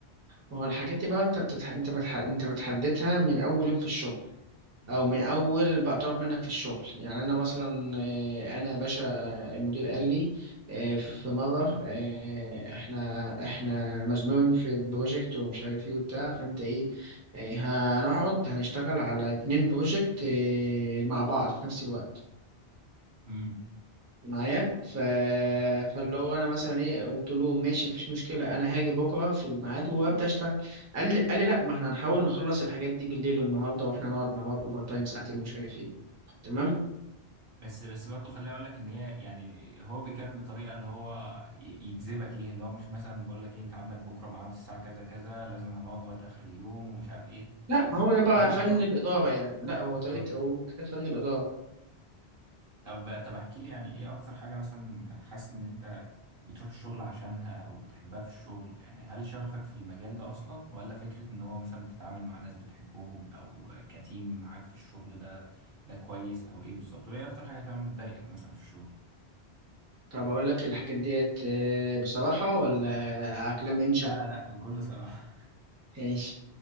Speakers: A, on the right (about 20°); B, on the right (about 60°).
A: ما هو الحاجات دي بقى انت بتتح... انت بتح... انت بتحددها من اول يوم في الشغل
B: مم.
A: او من اول بقى طلب منك في الشغل يعني انا مثلا آه، انا يا باشا آه، المدير قال لي آه، في مره آه، احنا احنا مزنوقين في البروجكت ومش عارف ايه وبتاع فانت ايه آه، هنقعد هنشتغل على اتنين بروجكت آه، مع بعض في نفس الوقت
B: مم.
A: معايا ف... فاللي هو انا مثلا ايه قلت له ماشي مفيش مشكله انا هاجي بكره في الميعاد وابدا اشتغل قال لي قال لي لا ما احنا هنحاول نخلص الحاجات دي بالليل النهارده واحنا نقعد مع بعض اوفر تايم ساعتين ومش عارف ايه تمام
B: بس بس برضه خليني اقول لك ان هي يعني هو بيتكلم بطريقه اللي هو ي- يجذبك ليها اللي هو مش مثلا بقول لك ايه انت عندك بكره ميعاد الساعه كذا كذا لازم هنقعد لغايه اخر اليوم ومش عارف ايه
A: لا
B: الطريقه
A: هو ده بقى فن
B: برضه
A: الاداره يعني لا هو
B: بالظبط
A: طريقه هو كده فن الاداره
B: طب طب احكي لي يعني ايه اكتر حاجة مثلا حاسس ان انت بتروح الشغل عشانها او بتحبها في الشغل يعني هل شغفك في المجال ده اصلا ولا فكرة ان هو مثلا بتتعامل مع ناس بتحبهم او كتيم معاك في الشغل ده ده كويس او ايه بالظبط وايه اكتر حاجة كمان بتضايقك مثلا في الشغل
A: طب اقول لك الحاجات ديت آه، بصراحه ولا على كلام انشا
B: لا لا بكل صراحة
A: ماشي